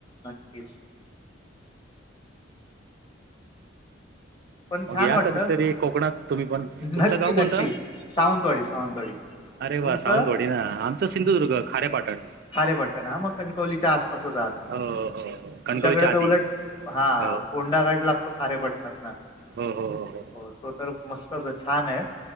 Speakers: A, on the left; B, on the right.
A: नक्कीच पण
B: मग
A: छान
B: या
A: वाटत
B: कधीतरी कोकणात तुम्ही पण. तुमचं
A: नक्की
B: गाव कोणतं?
A: नक्की सावंतवाडी सावंतवाडी
B: <inaudible> अरे वा!
A: तुमचं
B: सावंतवाडी ना आमचं सिंधुदुर्ग खारेपाटण.
A: खारेपटण हा मग कणकवलीच्या आसपासच आहात. तुम्ही
B: हो हो हो कणकवलीच्या
A: तुमच्याकडे
B: आधी
A: तर उलट हा
B: हो
A: फोंडा घाट लागतो खारेपटणात ना
B: हम ह ह हो
A: हो तो तर मस्तच हे छान आहे.